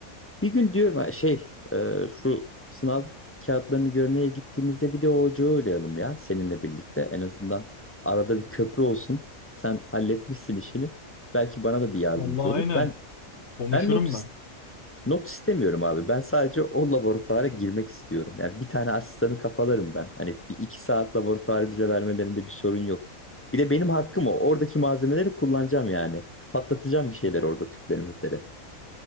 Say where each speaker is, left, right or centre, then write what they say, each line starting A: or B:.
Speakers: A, on the left (about 15°); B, on the left (about 55°).
A: bir gün diyorum ha, şey e, şu sınav kağıtlarını görmeye gittiğimizde bir de o ocağı uğrayalım ya seninle birlikte. En azından arada bir köprü olsun. Sen halletmişsin işini. Belki bana da bir yardımcı
B: Vallahi
A: olur.
B: aynen.
A: Ben
B: Konuşurum
A: ben not
B: ben.
A: Not istemiyorum abi. Ben sadece o laboratuvara girmek istiyorum. Yani bir tane asistanı kafalarım ben. Hani bir iki saat laboratuvarı bize vermelerinde bir sorun yok. Bir de benim hakkım o. Oradaki malzemeleri kullanacağım yani. Patlatacağım bir şeyler orada tüpleri müpleri.